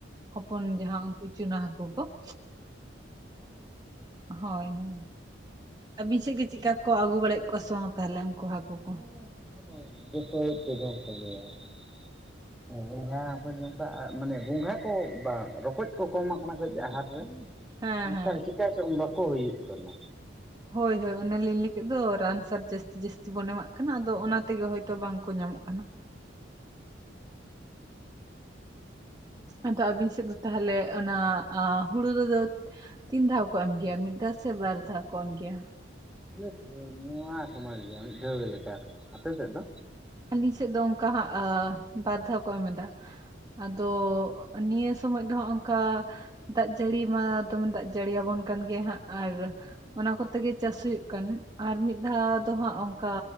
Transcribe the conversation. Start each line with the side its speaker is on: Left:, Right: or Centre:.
Right: ᱦᱚᱯᱚᱱ ᱡᱟᱦᱟᱸ ᱩᱱᱠᱩ ᱪᱩᱱᱟ ᱦᱟᱹᱠᱩ ᱠᱚ ᱾ ᱦᱳᱭ ᱦᱮᱸ ᱟᱹᱵᱤᱱ ᱥᱮᱫ ᱜᱮ ᱪᱮᱫᱠᱟ ᱠᱚ ᱟᱹᱜᱩ ᱵᱟᱲᱟᱭᱮᱫ ᱠᱚᱣᱟ ᱥᱮ ᱵᱟᱝ ᱛᱟᱦᱚᱞᱮ ᱩᱱᱠᱩ ᱦᱟᱹᱠᱩ
Centre: <inaudible>
Right: ᱠᱚ <unintelligible>
Centre: ᱦᱮᱸ ᱜᱚᱝᱜᱷᱟ ᱦᱚᱠᱚ ᱡᱚᱢᱠᱟᱜ-ᱟ ᱢᱟᱱᱮ ᱜᱚᱸᱜᱷᱟ ᱠᱚ ᱵᱟᱝ ᱨᱚᱠᱚᱡ ᱠᱚ ᱠᱚᱢ ᱟᱠᱟᱱᱟ ᱥᱮ ᱪᱮᱫ ᱦᱟᱴ ᱨᱮ?
Right: ᱦᱮᱸ
Centre: ᱱᱮᱛᱟᱨ
Right: ᱦᱮᱸ
Centre: ᱪᱤᱠᱟ ᱪᱚᱝ ᱵᱟᱠᱚ ᱦᱩᱭᱩᱜ ᱠᱟᱱᱟ
Right: ᱦᱳᱭ ᱦᱳᱭ ᱚᱱᱮ ᱞᱤᱧ ᱞᱟᱹᱭ ᱠᱮᱫ ᱫᱚ ᱨᱟᱱ ᱥᱟᱨ ᱡᱟᱹᱥᱛᱤ ᱡᱟᱹᱥᱛᱤ ᱵᱚᱱ ᱮᱢᱟᱜ ᱠᱟᱱᱟ ᱟᱫᱚ ᱚᱱᱟᱛᱮᱜᱮ ᱦᱚᱭᱛᱚ ᱵᱟᱝ ᱠᱚ ᱧᱟᱢᱚᱜ ᱠᱟᱱᱟ ᱟᱫᱚ ᱟᱵᱤᱱ ᱥᱮᱫ ᱫᱚ ᱛᱟᱦᱚᱞᱮ ᱚᱱᱟ ᱟ ᱦᱩᱲᱩ ᱨᱮᱫᱚ ᱛᱤᱱ ᱫᱷᱟᱣ ᱠᱚ ᱮᱢ ᱜᱮᱭᱟ ᱢᱤᱫ ᱫᱷᱟᱣ ᱥᱮ ᱵᱟᱨ ᱫᱷᱟᱣ ᱠᱚ ᱮᱢ ᱜᱮᱭᱟ?
Centre: ᱟᱞᱮ ᱥᱮᱫ ᱫᱚ ᱱᱚᱣᱟ ᱥᱚᱢᱚᱭ ᱜᱮ ᱢᱤᱫ ᱫᱷᱟᱣ ᱜᱮᱞᱮ ᱪᱟᱥᱟ ᱟᱯᱮ ᱥᱮᱫ ᱫᱚ?
Right: ᱟᱞᱤᱧ ᱥᱮᱫ ᱫᱚ ᱚᱱᱠᱟ ᱦᱟᱜ ᱵᱟᱨᱫᱷᱟᱣ ᱠᱚ ᱮᱢ ᱮᱫᱟ ᱟᱫᱚ ᱱᱤᱭᱟᱹ ᱥᱚᱢᱚᱭ ᱫᱚ ᱦᱚᱜ ᱚᱱᱠᱟ ᱫᱟᱜ ᱡᱟᱹᱲᱤ ᱢᱟ ᱫᱚᱢᱮ ᱫᱟᱜ ᱡᱟᱹᱲᱤ ᱭᱟᱵᱚᱱ ᱠᱟᱱ ᱜᱮᱭᱟ ᱦᱟᱸᱜ ᱟᱨ
Centre: <unintelligible>
Right: ᱚᱱᱟ ᱠᱚᱛᱮᱜᱮ ᱪᱟᱥ ᱦᱩᱭᱩᱜ ᱠᱟᱱᱟ ᱟᱨ ᱢᱤᱫ ᱫᱷᱟᱣ ᱫᱚ ᱦᱟᱸᱜ ᱚᱱᱠᱟ